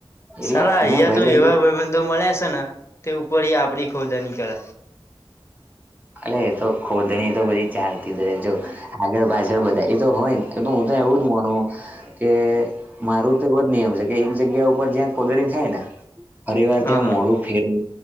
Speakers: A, on the right; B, on the left.
A: એટલે
B: સાારા અહિયાયા
A: મેં ભાઈબંધુ
B: તો એવા ભબંધો મળ્યા છે ને તે ઉપર આપડી ખોદા નીકળ્યા.
A: અ એ તો ખોદણી તો બધી ચાલતી જ જો. આગળ પાછળ બધા એ તો હોય ને એ તો હું ત એવું જ માનું. કે મારું તો એવો જ નિયમ છે કે એક જગ્યા ઉપર જ્યાં કોદણી થાય ને. ફરીવાર
B: હા
A: ત્યાં મોડું ફેરવ